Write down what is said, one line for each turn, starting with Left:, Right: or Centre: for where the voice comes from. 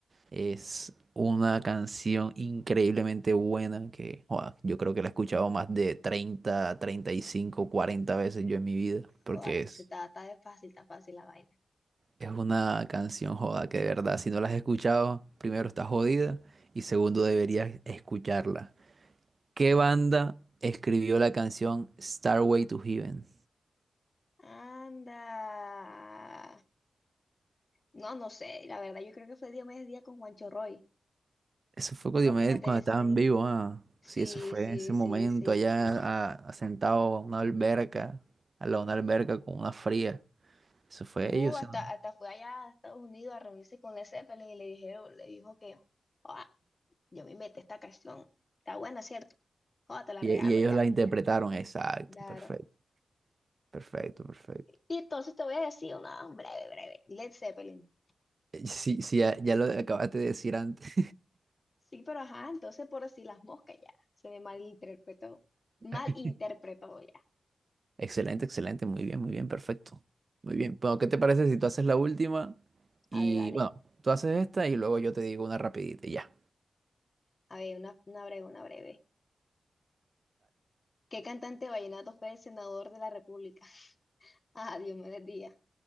Right: Es una canción increíblemente buena que joda, yo creo que la he escuchado más de treinta treinta y cinco cuarenta veces yo en mi vida, porque
Left: Joder, entonces
Right: es,
Left: está, está de fácil, está fácil la vaina.
Right: es una canción joda que de verdad, si no la has escuchado, primero estás jodida y segundo deberías escucharla. ¿Qué banda escribió la canción Starway to Heaven?
Left: Anda. No, no sé, la verdad, yo creo que fue Diomedes Díaz con Juancho Roy.
Right: Eso fue
Left: ¿Tú
Right: con
Left: qué
Right: Diomedes
Left: opinas de
Right: cuando
Left: eso?
Right: estaban vivos, ah.
Left: Sí,
Right: Sí, eso fue
Left: sí,
Right: en ese
Left: sí,
Right: momento
Left: sí.
Right: allá a- a- sentado a una alberca, al lado de una alberca con una fría. Eso fue
Left: Uh,
Right: ellos,
Left: hasta,
Right: ¿sí o no?
Left: hasta fue allá a Estados Unidos a reunirse con Led Zeppelin y le dijeron, le dijo que, "Ah, yo me metí esta canción. Está buena, ¿cierto? Joder, te la
Right: Y,
Left: regalo
Right: y ellos
Left: ya.
Right: la interpretaron, exacto,
Left: Claro.
Right: perfecto, perfecto, perfecto.
Left: Y entonces te voy a decir una breve, breve, Led Zeppelin.
Right: Eh, Sí, sí, ya, ya lo acabaste de decir antes.
Left: Sí, pero ajá, entonces por así las moscas ya, se me malinterpretó,
Right: <laughs>
Left: malinterpretó ya.
Right: Excelente, excelente, muy bien, muy bien, perfecto. Muy bien, bueno, ¿qué te parece si tú haces la última? Y
Left: A ver, dale,
Right: bueno, tú haces esta y luego yo te digo una rapidita, y ya.
Left: a ver, una, una breve, una breve. ¿Qué cantante vallenato fue el senador de la República? <laughs> A, Dios me bendiga.